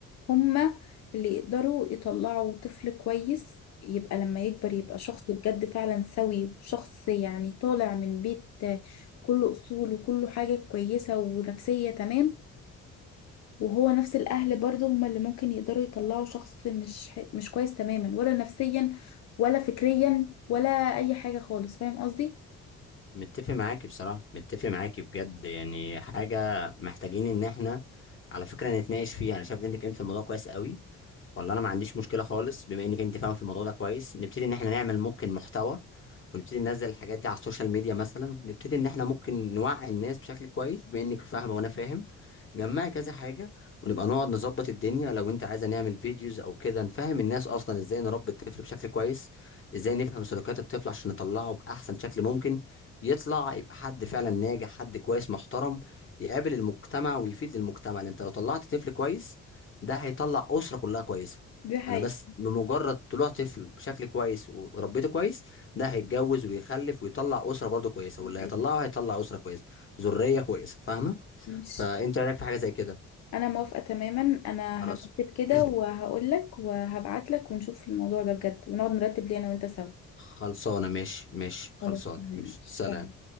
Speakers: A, on the left (about 60°); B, on the left (about 40°).
A: هما اللي يقدروا يطلعوا طفل كويس يبقى لما يكبر يبقى شخص بجد فعلا سوي وشخص يعني طالع من بيت كله اصول وكله حاجة كويسة ونفسية تمام وهو نفس الأهل برضه هما اللي ممكن يقدروا يطلعوا شخص مش ح- مش كويس تماما ولا نفسيا ولا فكريا ولا أي حاجة خالص فاهم قصدي؟
B: متفق معاكي بصراحه متفق معاكي بجد يعني حاجه محتاجين ان احنا على فكره نتناقش فيها انا شايف انك انت في الموضوع كويس قوي والله انا ما عنديش مشكله خالص بما انك انت فاهمه في الموضوع ده كويس نبتدي ان احنا نعمل ممكن محتوى ونبتدي ننزل الحاجات دي على السوشيال ميديا مثلا نبتدي ان احنا ممكن نوعي الناس بشكل كويس بما انك فاهمه وانا فاهم جمعي كذا حاجة ونبقى نقعد نظبط الدنيا لو انت عايزة نعمل فيديوز او كده نفهم الناس اصلا ازاي نربي الطفل بشكل كويس ازاي نفهم سلوكيات الطفل عشان نطلعه بأحسن شكل ممكن يطلع يبقى حد فعلا ناجح حد كويس محترم يقابل المجتمع ويفيد المجتمع لان انت لو طلعت طفل كويس ده هيطلع أسرة كلها كويسة
A: دي حقيقة
B: انا بس بمجرد طلوع طفل بشكل كويس وربيته كويس ده هيتجوز ويخلف ويطلع أسرة برضه كويسة
A: دي
B: واللي
A: حقيقة
B: هيطلعه هيطلع أسرة كويسة ذرية كويسة فاهمة
A: ماشي
B: فانت إيه رايك في حاجه زي كده
A: أنا موافقة تماما أنا
B: خلاص
A: هرتب كده
B: <clears throat>
A: وهقولك وهبعتلك ونشوف الموضوع ده بجد ونقعد نرتب ليه أنا وأنت سوا
B: خلصانه ماشي ماشي خلصانه
A: خلاص تمام،
B: ماشي سلام
A: ماشي